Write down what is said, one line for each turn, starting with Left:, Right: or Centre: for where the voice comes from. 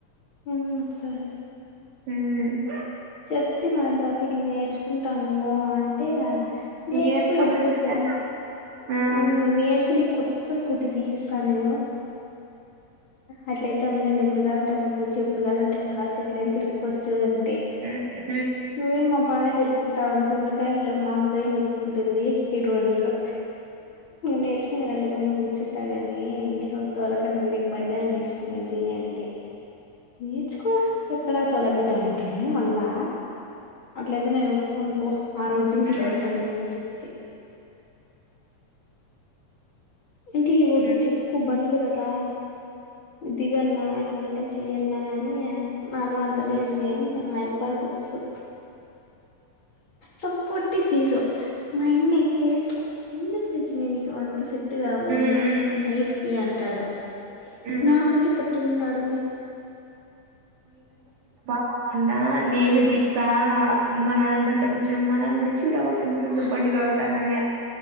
Left: హ్మ్ సరే
Right: హ్మ్
Left: చెప్తే మా అబ్బాకి ఇట్ల నేర్చుకుంటాను అంటే నేర్చుకో
Right: నేర్చుకోమన్నాడు
Left: ఎప్పుడు వద్దన్నా
Right: ఆ
Left: హ్మ్ నేర్చుకుంటే కొ త్త స్కూటీ తీసిస్తా నేను అట్లయితే <unintelligible> కాగాలంటేప్పుడు పోచ్చు ఎప్పుడు కావాలంటేప్పుడు రా ఎట్ల ఏ తిక్కవచ్చు అే స్కూల్లో
Right: ఉమ్ ఉమ్
Left: తాళం దొరికి ఉంటాడ గుండకాయలో మాకు భయం ఉంటుంది ఈ రోడ్లో నేర్చుకోండి నల్ల గమ్మును కూర్చుంటా ని ఇంట్లో తోలకని ఉండే బంలు నేర్చుకునేది అంటే నేర్చుకో ఎక్కడా తొలద్దు కాని అంటే మళ్ళా అట్లయితే నేను ఒప్పుకొని పో ఆ రోడ్ నుంచి
Right: ఉమ్ ఉమ్ ఉమ్
Left: దదులుతా నేను అని చెప్పి అంటే ఈ టి
Right: ఉమ్
Left: నుంచి
Right: ఉమ్
Left: ఎక్కువ బండ్లు కదా అంత దిగల్లా అట్లంతా చెయ్యలా అని నాలు అం అ లేదు లేదు మా అబ్బాకి తెలుసు సప్పట్ చీర మా అన్నయ్య ఇలా అయితే ఎందుకంటే లేజ పనినికి అంత సెట్ ఇట్టుగావుగాని
Right: ఉమ్ ఉమ్ ఉమ్
Left: హై ఏ అంటాడు
Right: ఉమ్
Left: నాకంటే పొట్టిగాన్నాడు మే
Right: అవునా నేను దీపా మా నాన్న బండ్లో కుచ్చా మా నాన్నలో చూడు అ పాపా ఎంత ఉందొ బండి తొల్తావుందో